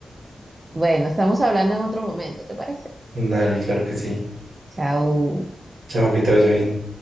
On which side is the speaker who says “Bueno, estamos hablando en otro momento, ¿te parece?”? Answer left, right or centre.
Right